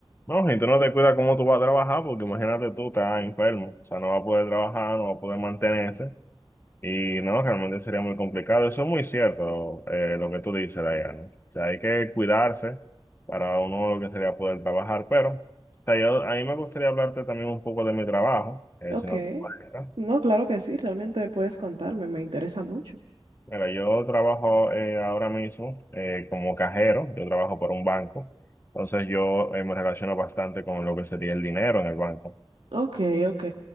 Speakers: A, on the left (about 25°); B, on the right (about 80°).
A: No, si tú no te cuidas cómo tú vas a trabajar, porque imagínate tú, estás enfermo, o sea, no vas a poder trabajar, no vas a poder mantenerse. Y no, realmente sería muy complicado. Eso es muy cierto, eh, lo que tú dices, Diana. O sea, hay que cuidarse para uno lo que sería poder trabajar. Pero, o sea, yo, a mí me gustaría hablarte también un poco de mi trabajo, eh,
B: Ok.
A: si no te molesta.
B: No, claro que sí, realmente puedes contarme, me interesa mucho.
A: Mira, yo trabajo eh, ahora mismo eh, como cajero, yo trabajo para un banco. Entonces, yo eh, me relaciono bastante con lo que sería el dinero en el banco.
B: Ok, ok,